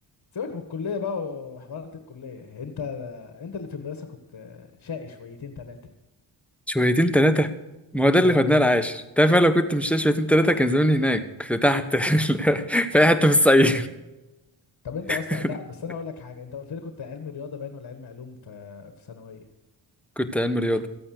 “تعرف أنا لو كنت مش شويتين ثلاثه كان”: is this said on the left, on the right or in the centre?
Centre